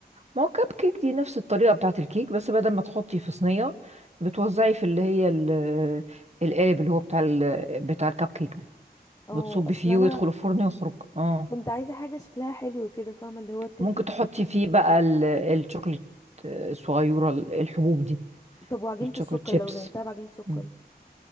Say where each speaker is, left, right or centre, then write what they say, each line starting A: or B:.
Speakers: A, on the right (about 40°); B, on the left (about 20°).
A: ما هو كب كيك دي نفس الطريقه بتاعت الكيك بس بدل ما تحطي في صينيه بتوزعي في اللي هي ال- القالب اللي هو بتاع ال... بتاع الكب كيك
B: او
A: بتصبي
B: اصل
A: فيه
B: انا
A: ويدخل الفرن ويخرج اه
B: كنت عايزة حاجة شكلها حلو كده فاهمة اللي هو تلفت
A: ممكن تحطي فيه بقى ال- الشوكليت آه، الصغيرة ال- الحبوب دي
B: طب وعجينة
A: الشوكليت
B: السكر
A: شيبس
B: لو زينتها بعجينة سكر
A: مم.